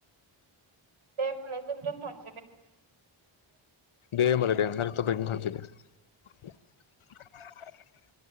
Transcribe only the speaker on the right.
देमालाय जों दोनथ